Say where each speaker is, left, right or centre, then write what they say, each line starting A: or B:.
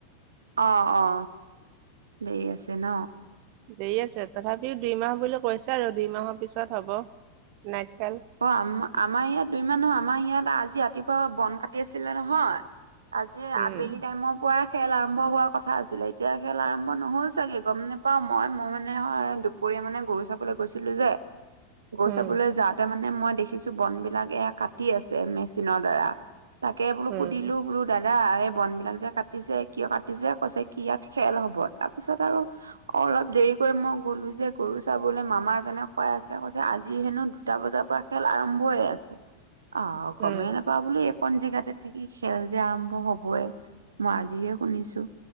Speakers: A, on the right (about 70°); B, on the right (about 45°).
A: অ অ দেৰি আছে ন।
B: দেৰি আছে তথাপিও দুইমাহ বুলি কৈছে আৰু দুই মাহৰ পিছত হ'ব নাইট খেল-
A: অ আম আমাৰ ইয়াত দুই মান নহয়। আমাৰ ইয়াত আজি ৰাতিপুৱা বন কাটি আছিলে নহয়। আজি
B: উম
A: আবেলি টাইমৰ পৰা। খেল আৰম্ভ হোৱাৰ কথা আছিলে এতিয়া খেল আৰম্ভ নহ'ল চাগে গম নেপাও মই মই মানে হয়। দুপৰীয়া মানে গৰু চাবলৈ গৈছিলো যে। গৰু,
B: উম
A: চাবলৈ যাওঁতে মানে মই দেখিছো বন বিলাক এয়া কাটি আছে মেচিনৰ দ্বাৰা। তাকে বোলো
B: উম
A: সুধিলো বোলো। দাদা এই বন বিলাক যে কাটিছে কিয় কাটিছে। কৈছে কি ইয়াত খেল হব তাৰ পিছত আৰু অলপ দেৰিকৈ মই গ'লো যে গৰু চাবলে মামা এজনে কৈ আছে কৈছে আজি হেনো। দুটা বজাৰ পৰা খেল আৰম্ভহে আছে অ গমেই
B: উম
A: নাপাওঁ বোল এইকন জেগাতে থাকি খেল যে আৰম্ভ হবই মই আজিহে শুনিছো।